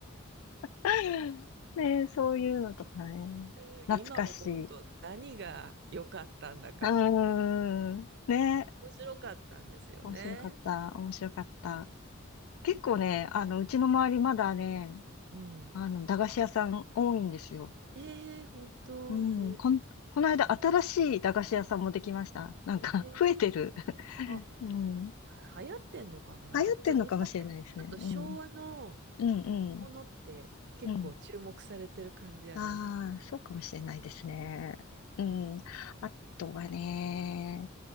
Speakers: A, on the left; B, on the right.
A: <laughs> ねえ、そういうのとかね。
B: <laughs> うん今思うと何が良かったんだかって
A: 懐かしい。うーん。ねえ、
B: 面白かったんですよね。
A: 面白かった。面白かった。結構ね、あの、うちの周りまだね、
B: うん。
A: あの、駄菓子屋さん多いんですよ。
B: ええ本当。
A: うん、
B: へえ。
A: こん、この間新しい駄菓子屋さんもできました。なんか、
B: えー
A: <laughs> 増えてる。<laughs>
B: あ、
A: うん。流
B: 流行ってんのかな。
A: 行ってんのかもしれないですね。
B: ちょ、やっぱりちょっと昭和の
A: うん。うん、
B: ものって結構注目されてる感じあります。
A: うん、うん。ああ、そうかもしれないですね。うん。あとはね、